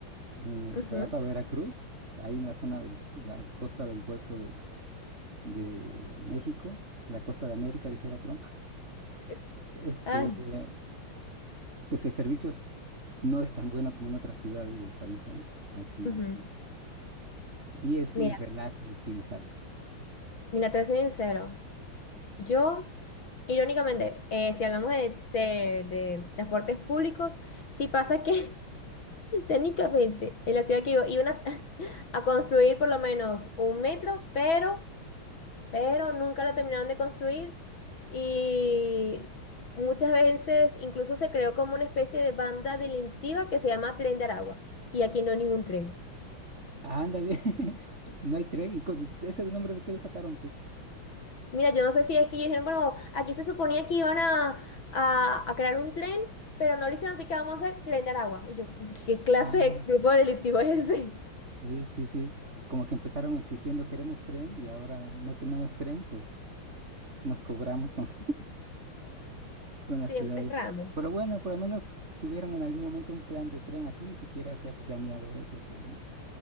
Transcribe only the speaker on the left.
Ujú.
Es-
Ay,
ujú.
Mira,
mira, te voy a ser sincero. Yo, irónicamente, eh, si hablamos de, de, de transportes públicos, sí pasa que <laughs> técnicamente en la ciudad que vivo iban a, <laughs> a construir por lo menos un metro, pero, pero nunca lo terminaron de construir y muchas veces incluso se creó como una especie de banda delictiva que se llama Tren de Aragua y aquí no hay ningún tren.
Mira, yo no sé si es que ellos dijeron, bueno, aquí se suponía que iban a, a, a crear un tren, pero no lo hicieron, así que vamos a hacer tren de Aragua. Y yo, ¿qué clase
de grupo delictivo es ese? <laughs>
Sí,
es es random.